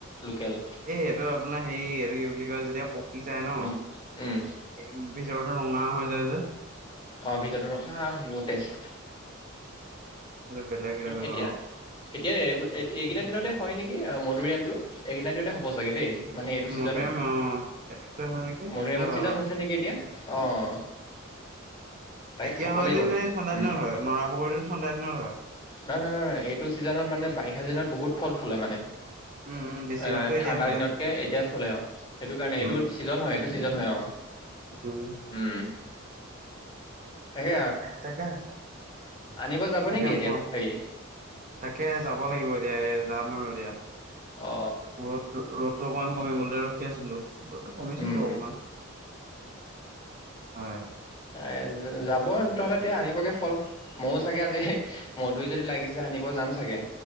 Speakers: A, on the left; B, on the right.
A: লোকেল
B: এই এইটো আপোনাৰ হেই এইটো কি বুলি কয় যেতিয়া পকি যায় ন
A: উম, উম,
B: এ ভিতৰতো ৰঙা হই যাই যে
A: অ ভিতৰতো ৰঙা বহুত টেষ্ট
B: সেইটো বেলেগ লেভেলৰ।
A: এতিয়া এতিয়া এ এইকেইটা দিনতে হয় নিকি কি মধুুৰীআমটো এইকেইতা দিনতে হ'ব চাগে দেই মানে এইটো ছিজনত
B: মধুৰিআম অ এইটোতে হয় নেকি
A: মধুৰিআমৰ
B: এইটোতে হয়
A: ছিজন
B: অ।
A: হৈছে নিকি এতিয়া অ তাকে
B: এতিয়া
A: খাব
B: হয়নে
A: লাগিব
B: নে ঠাণ্ডা
A: উম
B: দিনত হয় নৰা বগৰীতো ঠাণ্ডা দিনত হয়
A: নহয় নহয় এইটো ছিজনত মানে বাৰিষা চিজনত বহুত ফল ফুলে মানে
B: উম উম বেছিভাগতো
A: এ
B: এতিয়া
A: ঠাণ্ডা
B: ফুলে।
A: দিনতকে এতিয়া ফুলে আৰু সেইটো কাৰণে
B: উম
A: এইটো ছিজন হয় এইটো ছিজন হয় অ
B: উম
A: উম তাকে
B: তাকে
A: এ আনিব যাব
B: তাকে
A: নেকি এতিয়া
B: কোৱা
A: হেৰি
B: তাকে যাব লাগিব এতিয়া যাম আৰু এতিয়া
A: অ
B: ৰ'দ ৰ'দটো অকমান কমিবলে ৰখি আছিলো ৰদটো কমিছে
A: উম
B: বাও অকমান হয়
A: এ যাব তেনেহলে তেতিয়া আনিবগে ফল ময়ো চাগে আজি মধুৰি যদি লাগিছে আনিব যাম চাগে,